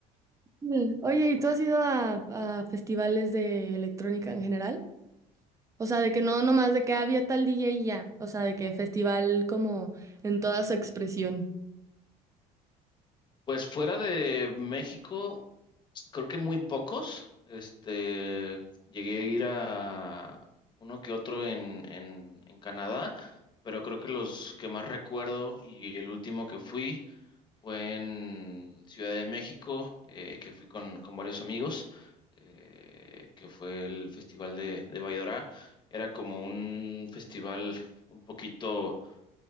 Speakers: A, on the right (about 20°); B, on the left (about 30°).
A: Mm. Oye, ¿y tú has ido a, a festivales de electrónica en general? O sea, de que no, nomás de que había tal DJ y ya, o sea, de que festival como en toda su expresión.
B: Pues fuera de México. creo que muy pocos. Este, llegué a ir a uno que otro en, en, en Canadá, pero creo que los que más recuerdo y el último que fui fue en Ciudad de México, eh, que fui con, con varios amigos, eh, que fue el Festival de, de Baidora. Era como un festival un poquito